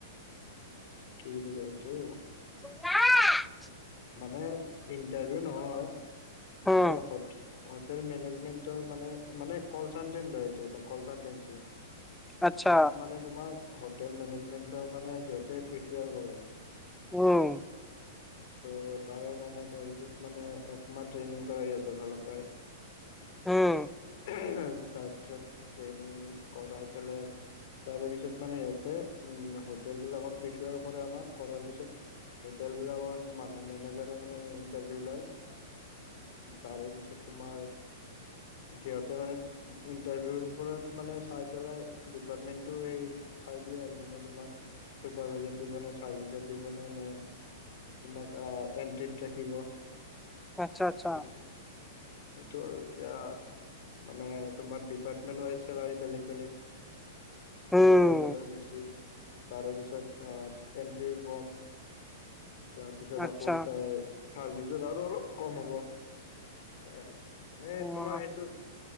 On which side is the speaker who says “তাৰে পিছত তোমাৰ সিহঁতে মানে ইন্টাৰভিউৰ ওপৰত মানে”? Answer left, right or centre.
Left